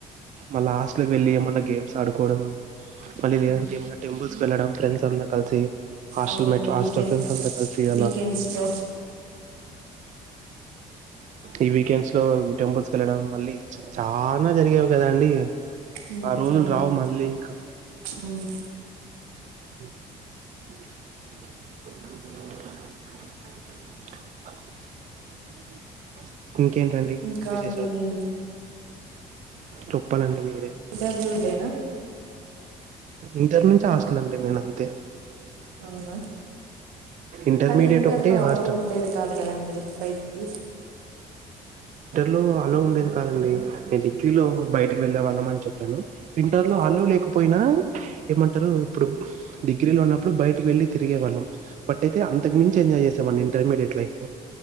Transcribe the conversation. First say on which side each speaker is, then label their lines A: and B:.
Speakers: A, on the right; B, on the right.
A: మళ్ళ హాస్ట్కి వెళ్లి ఏమన్న గేమ్స్ ఆ కొడం మళ్ళీ లేదంటే
B: ఉమ్
A: ఏమన్నా టెంపుల్స్ వెళ్ళడం ఫ్రండ్ అంద కలిసి హాస్టల్
B: అవునండి
A: మ హాస్టల్
B: వీకెండ్స్
A: ఫ్రెండ్స్ అంత కలిసి అలా
B: వీకెండ్స్ లో
A: ఈ వీకెండ్స్ లో టెంపుల్స్ క వెళ్ళడం మళ్ళీ చాలనా జరిగే కదా అండి
B: ఉమ్
A: ఆ రోజులు
B: అవునండి
A: రావు మళ్ళీ ఇంకా
B: ఉమ్
A: <unintelligible>
B: ఇంకా
A: విశేషాలు
B: అండి మీ
A: చెప్పాలండి మీరే
B: ఇంటర్వ్యూ లేనా
A: ఇంటర్ నుంచి హాస్ల అండి నేను అంతే
B: అవునా
A: ఇంటర్మీడియట్
B: కానీ ఇంటర్లో
A: ఒకటి
B: అలా
A: హాస్టల్
B: ఉండేది కాదు కదండి బయటికి
A: లో అలో ఉండేది కాదండి నేను ఇంటిలో బయటికి వెళ్ళే వాళ్ళం అని చెప్పాను ఇంటర్ లో
B: ఒక
A: అల్లు లేకపోయినా ఏమంటారు ఇప్పుడు డిగ్రీలో ఉన్నప్పుడు బయటకి వెళ్ళి తిగివళ్ళం పట్ అయితే అంతకు మించ్ ఎంజాయ్ చేసే వాన్ నేన్ ఇంటర్మీడియట్ లైఫ్